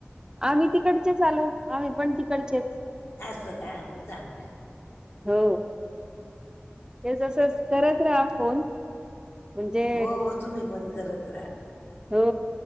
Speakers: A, on the right (about 20°); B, on the left (about 65°).
A: आम्ही तिकडचेच आलो, आम्ही पण तिकडचेच.
B: असं का मग चांगला आहे.
A: हो ते जस करत राहा फोन. म्हणजे
B: हो हो तुम्ही पण करत राहा.
A: हो.